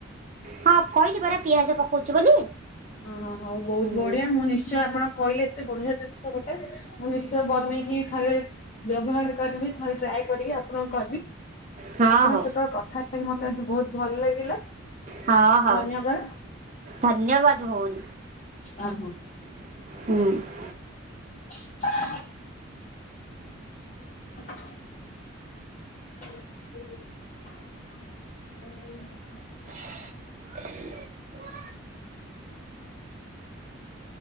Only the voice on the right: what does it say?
ହଁ, କହିଲି ପରା ପିଆଜ ପକଉଚି ବୋଲି।
ହୁଁ।
ହଁ
ହଉ
ହଁ ହଉ
<inaudible> ଧନ୍ୟବାଦ ଭଉଣୀ।
<inaudible> ହୁଁ।
<unintelligible> <inaudible> <unintelligible>